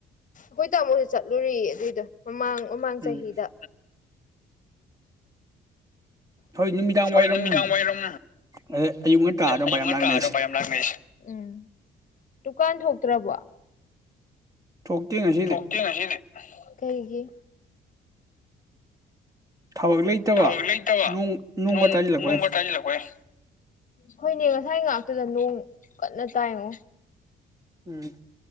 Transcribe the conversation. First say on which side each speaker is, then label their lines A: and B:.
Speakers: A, on the left (about 40°); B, on the right (about 15°).
A: ꯈꯣꯏ ꯇꯥꯃꯣ ꯆꯠꯂꯨꯔꯤ ꯑꯗꯨꯏꯗꯣ ꯃꯃꯥꯡ ꯃꯃꯥꯡ ꯆꯍꯤꯗ
B: ꯎꯝ ꯍꯣꯏ ꯅꯨꯃꯤꯗꯥꯡ ꯋꯥꯏꯔꯝ
A: ꯍꯣꯏ ꯅꯨꯃꯤꯗꯥꯡ ꯋꯥꯏꯔꯝ
B: ꯑꯗꯩ ꯑꯌꯨꯛ ꯉꯟꯇꯥꯗ
A: ꯑꯌꯨꯛ
B: ꯃꯌꯥꯝ
A: ꯉꯟꯇꯥ
B: ꯂꯥꯛꯅꯩꯁꯦ
A: ꯑꯗꯨꯄꯥ ꯌꯥꯝ ꯂꯥꯛꯅꯩꯁꯦ ꯎꯝ ꯗꯨꯀꯥꯟ ꯊꯣꯛꯇ꯭ꯔꯕꯣ
B: ꯊꯣꯛꯇꯦ ꯉꯁꯤꯗꯤ
A: ꯊꯣꯛꯇꯦ ꯉꯁꯤꯗꯤ ꯀꯩꯒꯤ
B: ꯊꯕꯛ ꯂꯩꯇꯕ
A: ꯊꯕꯛ ꯂꯩꯇꯕ
B: ꯅꯣꯡ ꯅꯣꯡꯒ
A: ꯅꯣꯡ
B: ꯇꯥꯁꯤꯜꯂꯛꯄꯩ
A: ꯅꯣꯡꯃ ꯇꯥꯁꯤꯜꯂꯛꯄꯩ ꯈꯣꯏꯅꯦ ꯉꯁꯥꯏ ꯉꯥꯛꯇꯨꯗ ꯅꯣꯡ ꯀꯟꯅ ꯇꯥꯏꯉꯣ
B: ꯎꯝ